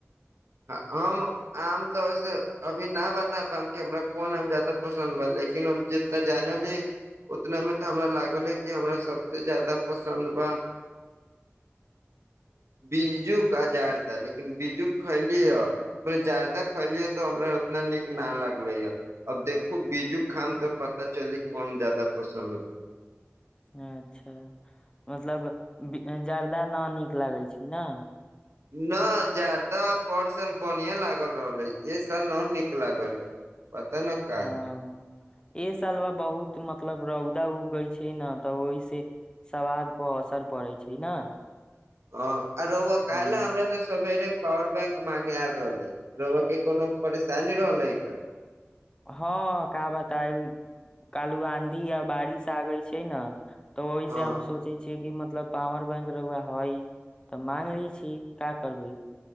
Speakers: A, on the right; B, on the left.
A: हम आम तऽ वसे अभी न बता पब कि हमरा कोन आम जााद पसन्द बा लेकिन हम जितना जानली उतना मे तऽ हमरा लागल हे कि हमरा सबस जादा पसन्द बा बीजू आजार द लेकिन बीजू खैली ह जादा खैली तऽ हमरा उतना नीक न लागले या अब देखू बीजू खाम त पता चली कोन जादा पसन्द बा
B: अच्छा मतलब जार्दा न नीक लागै छै ने
A: न जादाा पर साल बढ़िआँ लागल रहल हइ ए साल न नीक लागल हइ पता न काहे
B: हँ ए सलवा बहुत मतलब रौदा उगै छै ने तऽ ओहिसँ सवाद पर असर पड़ै छै ने
A: हँ आ रुआ
B: ह
A: कालि हमरा सब सबेरे पॉावर बैंक मांगे आल रहल है ल के कोनो परेशानी रहलै
B: हँ का बताय कालू आंधी आ बारिश आगैल छै ने तऽ ओहिसँ
A: हँ
B: हम सोचै छियै कि मत मतलब पावर बैंक रहुए हवाई तऽ मांगले छी का करबै